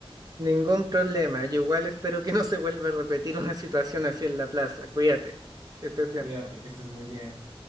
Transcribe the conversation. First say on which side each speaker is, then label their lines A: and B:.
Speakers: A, on the right; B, on the right.
A: Ningún problema. Yo igual espero que no se vuelva a repetir una situación así en la plaza. Cuídate. Que estés bien.
B: Cuídate, que estés muy bien.